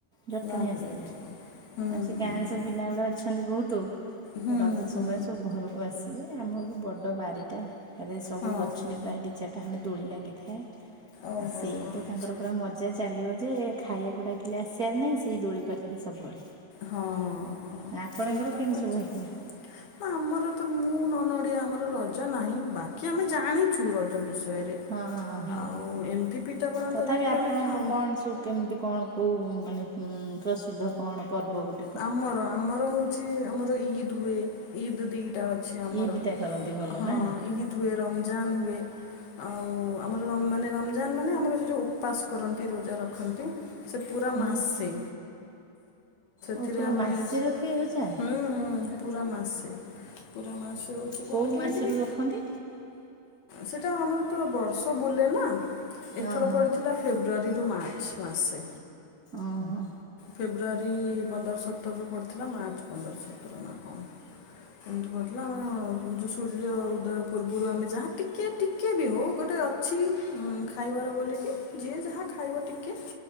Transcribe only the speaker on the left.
ଗାଁକୁ
ଯାଇଥିଲେ। ହୁଁ
ହୁଁ
ହୁଁ
ହୁଁ
ହୁଁ
ହଁ
ହଁ
ଓହୋ
ଆଚ୍ଛା।
ହଁ ହଁ
ସେଇ ତ
ମଜା
ନା ଆମର ତ ମୁଁ ନନ୍ ଓଡ଼ିଆ ଆମର ରଜ ନାହିଁ ବାକି ଆମେ ଜାଣିଛୁ ରଜ ବିଷୟରେ।
ଆଉ ଏମିତି ପିଠାପଣା
କରିକି ବି
ଆମେ ଖାଉ।
ଆମର ଆମର ହଉଛି ଆମର ଇଦ୍ ହୁଏ ଇଦ୍ ଦିଟା ଅଛି। ଆମର
ହଁ
ଇଦ୍ ହୁଏ ରମଜାନ୍ ହୁଏ। ଆଉ ଆମର ମାନେ ରମଜାନ ମାନେ ଆମର ସେ ଯେଉଁ ଉପାସ କରନ୍ତି ରୋଜା ରଖନ୍ତି। ସେ ପୁରା
ମାସେ।
ଏଥିରେ
ଆମେ
ସ୍
ହୁଁ ହୁଁ ପୁରା ମାସେ ପୁରା ମାସେ ହଉଛି
କଣ କେମତି
କି?
ସେଟା ଆମର ତ ବର୍ଷ ପୂରିଲେ ନା
ଏଥର
ପଡିଥିଲା ଫେବୃଆରୀରୁ ମାର୍ଚ୍ଚ ମାସେ
ଫେବୃୟାରୀ ପନ୍ଦର ସତରରୁ ପଡ଼ିଥିଲା ମାର୍ଚ୍ଚ ପନ୍ଦର ସତର ନା କଣ? ଏମତି ପଡ଼ିଥିଲା ଆମ ସୂର୍ଯ୍ୟ ଉଦୟ ପୂର୍ବୁରୁ ଆମେ ଯାହା ଟିକେ ଟିକେ ବି ହୋଉ ଗୋଟେ ଅଛି ଖାଇବାର ବୋଲିକି ଯିଏ ଯାହା ଖାଇବ ଟିକେ